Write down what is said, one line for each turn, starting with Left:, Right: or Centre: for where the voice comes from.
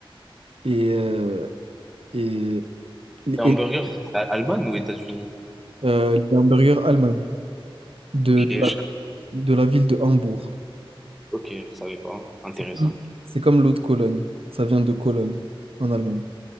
Right: et, euh, et, et
Centre: Les hamburgers, À- Allemagne ou États-Unis?
Right: euh, les hamburgers Allemagne, de,
Centre: ok, je-
Right: de la, de la ville de Hambourg.
Centre: Ok, je savais pas. Intéressant.
Right: C'est comme c'est comme l'eau de Cologne. Ça vient de Cologne, en Allemagne.